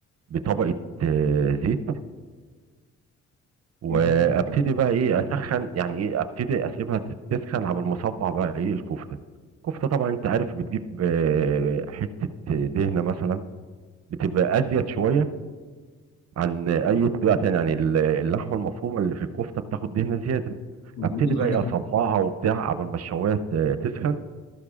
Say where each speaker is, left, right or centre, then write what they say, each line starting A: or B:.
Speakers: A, on the right; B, on the left.
A: بطبقه آه، زيت وابتدي
B: جميل.
A: بقى ايه اسخن يعني ايه ابتدي اسيبها تسخن على ما اصبع بقى ايه الكفته الكفته طبعا انت عارف بتجيب آه، حته دهنه مثلا بتبقى ازيد شويه عن اي طريقه تانية يعني ال- اللحمه المفرومه اللي في الكفته بتاخد دهنه زياده
B: مظبوط
A: ابتدي بقى
B: عندك
A: ايه اصبعها
B: حق.
A: وبتاع قبل ما الشوايه ت- تسخن